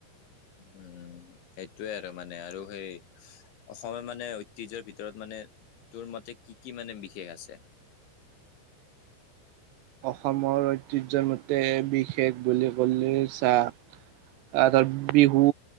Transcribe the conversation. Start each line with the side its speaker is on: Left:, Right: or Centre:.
Left: উ <unintelligible> উম সেইটয়ে আৰু মানে আৰু সেই অসমে মানে ঐতিহ্য ভিতৰত মানে। তোৰ মতে কি কি মানে বিশেষ আছে।
Right: অসমৰ ঐতিহ্যমতে বিশেষ বুলি কলে চাহ অঁ ত বিহু।